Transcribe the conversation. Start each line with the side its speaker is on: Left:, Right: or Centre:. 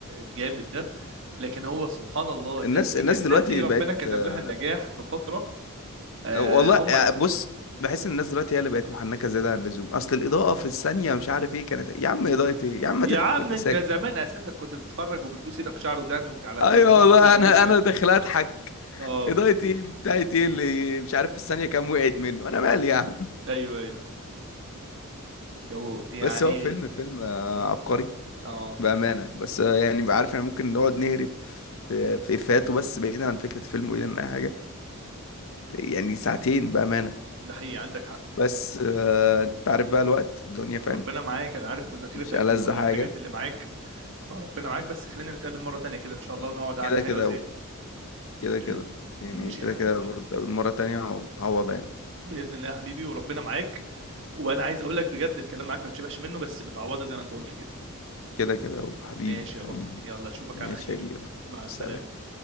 Right: الجامد ده لكن هو سبحان الله الناس
Left: الناس
Right: دي
Left: الناس
Right: كان الناس
Left: دلوقتي
Right: دي ربنا
Left: بقت
Right: كتب
Left: آه،
Right: لها النجاح في فترة آه
Left: والله
Right: هم
Left: آه، بص بحس ان الناس دلوقتي هي اللي بقت محنكة زيادة عن اللزوم أصل الإضاءة في الثانية مش عارف إيه كانت يا عم إضاءة إيه يا عم ما
Right: يا
Left: تضحك
Right: عم
Left: وأنت
Right: انت
Left: ساكت
Right: زمان اساسا كنت بتتفرج وبتبوس ايدك شعر ودان وبتاع على التلفزيون
Left: أيوه والله
Right: ابيض
Left: أنا
Right: واسود
Left: أنا داخل أضحك
Right: اه
Left: إضاءة إيه بتاعت إيه اللي مش عارف في الثانية كام وقعت منه أنا مالي يا عم
Right: ايوه ايوه أيوة. يلا يعني
Left: بس هو فيلم فيلم آه، عبقري
Right: اه
Left: بأمانة بس آه، يعني بقى عارف احنا ممكن نقعد نهري في في إفيهاته بس بعيدا عن فكرة الفيلم وبعيدا عن أي حاجة يعني ساعتين بأمانة
Right: ده حقيقي عندك حق
Left: بس آه، أنت عارف بقى الوقت الدنيا
Right: ربنا
Left: فاهم
Right: معاك انا عارف مذاكرتك
Left: مش ألذ
Right: والحاجات
Left: حاجة
Right: اللي معاك ربنا معاك بس خلينا نتقابل مرة تانية كده ان شاء الله ونقعد
Left: كده
Right: قعدة حلوة
Left: كده
Right: زي دي
Left: كده
Right: <clears throat>
Left: كده يعني
Right: ماشي
Left: كده
Right: يا حبيبي
Left: كده برضه مرة تانية وتعوض يعني
Right: بإذن الله يا حبيبي وربنا معاك وانا عايز اقول لك بجد الكلام معاك ما يتشبعش منه بس متعوضة زي ما انت قلت كده
Left: كده كده حبيبي
Right: ماشي
Left: حبيبي
Right: يا بطل يلا اشوفك
Left: ماشي
Right: على خير
Left: يا كبير
Right: مع السلامة
Left: سلام